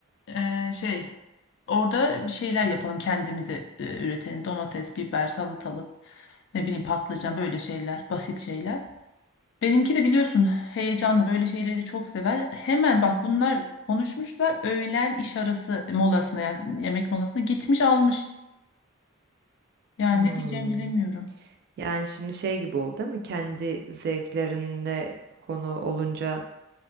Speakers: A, on the left; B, on the right.
A: Ee, şey Orada bir şeyler yapalım kendimize e, üretelim. Domates, biber, salatalık, ne bileyim patlıcan böyle şeyler, basit şeyler. Benimki de biliyorsun heyecanlı böyle şeyleri de çok sever. Hemen bak bunlar konuşmuşlar öğlen iş arası molasına yani yemek molasına gitmiş almış. Yani
B: Hmm.
A: ne diyeceğimi bilemiyorum.
B: Yani şimdi şey gibi oldu değil mi? Kendi zevklerinde konu olunca